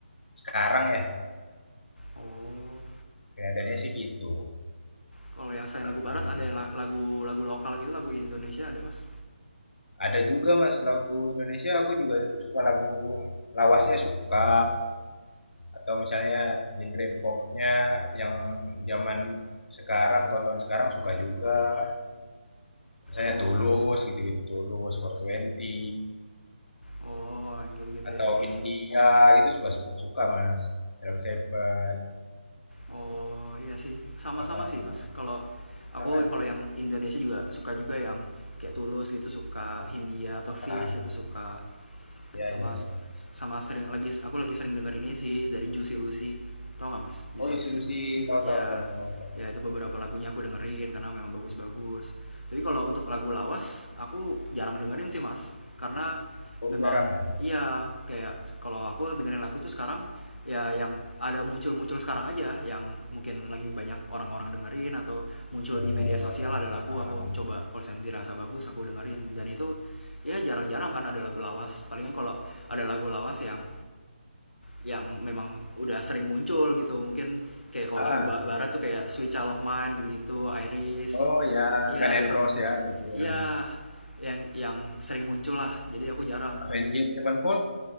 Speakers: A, on the left (about 65°); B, on the left (about 85°).
A: sekarang ya.
B: oh.
A: Kelihatannya sih gitu.
B: Kalau yang selain
A: Eh,
B: lagu barat ada yang lagu lagu lokal gitu, lagu Indonesia ada mas?
A: Ada juga Mas lagu Indonesia aku juga suka lagu lawasnya suka atau misalnya genre popnya yang zaman sekarang tonton sekarang suka juga misalnya
B: Oh,
A: Tulus gitu-gitu Tulus four twenty
B: oh, gitu gitu
A: atau
B: ya. Kok?
A: India gitu suka suka Mas Salam Seven
B: Oh, iya sih, sama-sama
A: Heeh.
B: sih mas. Kalau aku
A: Kangen.
B: kalau yang Indonesia juga suka juga yang kayak Tulus gitu suka Hindia atau Fish
A: ah
B: itu suka
A: iya
B: sama
A: iya iya
B: sama sering lagi aku lagi sering dengar ini sih dari Juicy Lucy tau nggak mas Juicy
A: oh institusi
B: Lucy
A: tahu
B: ya
A: tahu tahu tahu tahu
B: ya itu beberapa lagunya aku dengerin karena memang bagus-bagus tapi kalau untuk lagu lawas aku jarang dengerin sih mas karena
A: oh
B: memang
A: jarang ya
B: iya kayak kalau aku dengerin lagu tuh sekarang ya yang ada muncul-muncul sekarang aja yang mungkin lagi banyak orang-orang dengerin atau muncul
A: oh,
B: di media sosial ada lagu
A: ah, ah,
B: aku
A: ah.
B: coba kalau dirasa bagus aku dengerin dan itu ya jarang-jarang kan ada lagu lawas palingnya kalau ada lagu lawas yang yang memang udah sering muncul gitu mungkin kayak kalau
A: Ah,
B: lagu barat
A: ah.
B: tuh kayak Sweet Child of Mine gitu-gitu Iris
A: Oh ya,
B: ya
A: Gun
B: yang
A: N' Roses ya, berarti
B: ya
A: ya.
B: yang yang sering muncul lah jadi aku jarang
A: Avenged Sevenfold